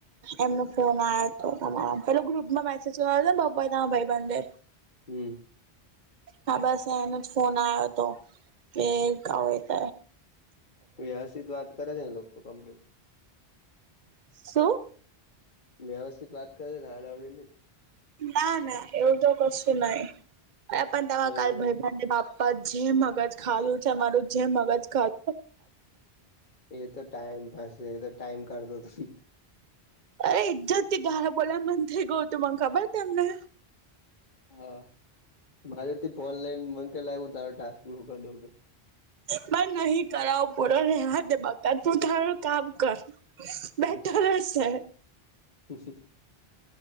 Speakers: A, on the right (about 50°); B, on the left (about 50°).
A: એમનો ફોન આવ હતો તમારા પેલો ગ્રુપમાં મેસેજ્યો ને પપાાઈ તમા ભાઈ બંધે
B: હમ.
A: હા, બસ એનો જ ફોન આવ્યો હતો કે ક ત
B: વ્યવસ્થિત વાત કરે છે, ને લોકો કમ્પ્લીટ
A: શું
B: વ્યવસ્થિત વાત કરેને હડાવડી ને
A: ના, ના એવું તો કશું નહી પણ તેમાં
B: બધા
A: કાલ ભયભંધ્ય બાપ પણ જે મગજ ખાું છે. મામારું જે મગજ ખાું
B: એ તો ટાઈમ પાસે એ તો ટાઈમ કઢતો ત
A: અરે ઇજત થી ગાાર બોલ્યાને મન થઇ ગયું તું મને ખબર તમને
B: હા, મારેથી ફોન લઈન મકેલા આવું તાર ટાસ્ક ગૂરું કરી દઉં કે
A: બ નહી કરાવો પૂરો રવા દ બકત તું તારું કામ કર બેટર
B: હમ
A: છે.
B: <unintelligible>